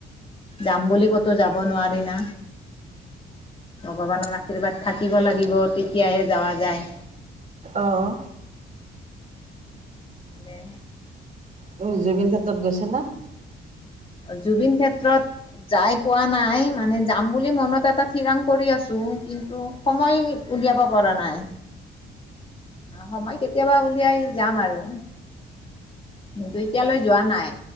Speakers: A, on the left (about 25°); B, on the right (about 40°).
A: যাম বুলি ক'তো যাব নোৱাৰি না। ভগৱানৰ আ শীৰ্বাদ থাকিব লাগিব, তে তিয়াহে যাৱ যায়।
B: আহ
A: দে।
B: তুমি জুবিন ক্ষেত্ৰত গৈছানে?
A: জুবিন ক্ষেত্ৰত যাই পোৱা নাই। মানে যাম বুলি মনত এটা ঠিৰাং কৰি আছো, কিন্তু সময় উলিয়াব পৰা নাই। সময় কেতিয়াবা উলিয়াই যাম আৰু কিন্তু এতিয়ালৈ যোৱা নাই।